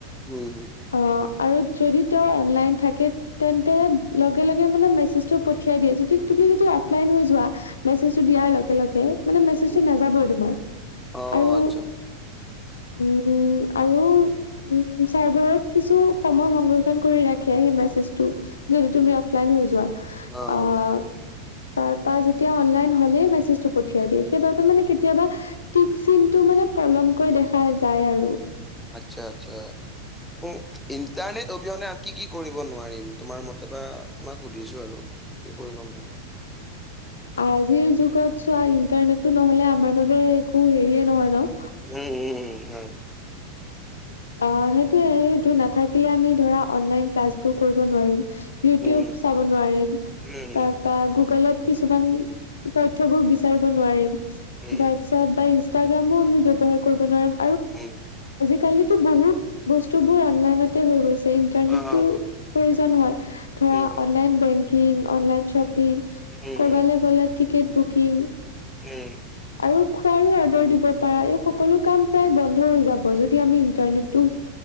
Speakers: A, in the centre; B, on the left.
A: উম
B: অ, আৰু যদি তেওঁ অনলাইন থাকে তেন্তে লগে লগে মেচেজ টো পঠিয়াই দিয়ে যদি তুমি অফলাইন হৈ যোৱা মেছেজটো দিয়াৰ লগে লগে, মানে মেছেজটো
A: উম,
B: নাযাবই তোমাৰ।
A: অ',
B: আৰু
A: <inaudible>
B: উম আৰু উম চাৰ্ভাৰত কিছু সময় সংৰক্ষণ কৰি ৰাখ সেই মেজটো যদি
A: উম,
B: তুমি অফলাইন হৈ যোৱা।
A: অ',
B: আহ তাৰপা যেতিয়া অনলাইন হলে মেছেজটো পঠিয়াই দিয়ে সেইবাবে মানে কেতিয়া চিন টো মানে পলমকৈ দেখা যায় আৰু
A: আচ্ছা আচ্ছা উ ইণ্টাৰনেট অবিহনে আ কি কি কৰিব নোৱাৰিম, তোমাৰ মতে বা তোমাক সুধিছো আৰু কি কৰিব নহ
B: আজিৰ যুগত চোৱা ইণ্টাৰনেটটো নহলে আমাৰ বাবে একো হেৰিয়ে নহয় ন
A: উম উম হয়।
B: অ সেইটোয়ে এইটো নাথাকিলে আমি ধৰা অনলাইন ক্লাছবোৰ কৰিব নোৱাৰিম। ইউটিউব
A: উম,
B: চাব নোৱাৰিম,
A: উম, উম,
B: তাৰ পৰা গুগলত কিছুমান তথ্যবোৰ বিচাৰিব নোৱাৰিম,
A: উম,
B: হোৱাটছপ বা ইনষ্টাগ্ৰামো আমি ব্যৱহাৰ কৰিব নোৱাৰিম।
A: উম
B: কালিতো বহুত বস্তু বোৰ অনলাইনতে হৈ গৈছে। ইটাৰনেটটো
A: অ',
B: প্ৰয়োজন হয় ধৰা
A: উম,
B: অনলাইন বেংকিং অনলাইন শ্বপিং।
A: উম, উম, উম, উম,
B: কৰবালৈ গ'লে টিকেট বুকিং
A: উম
B: আৰু খোৱাৰো অৰ্ডাৰ দিব পাৰা এই সকলো কাম প্ৰায় বন্ধ হৈ যাব। যদি আমি ইন্টাৰনেটটো